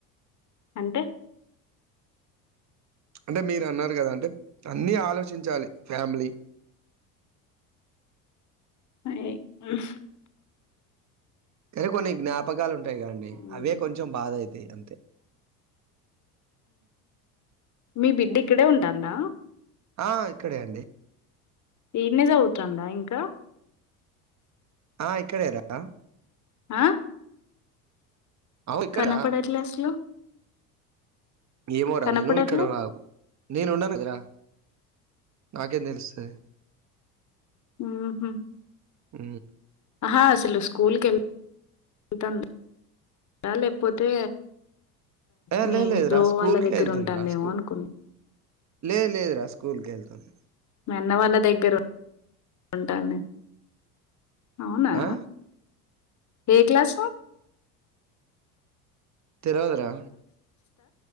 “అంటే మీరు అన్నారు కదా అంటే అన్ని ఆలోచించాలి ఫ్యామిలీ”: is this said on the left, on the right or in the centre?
Right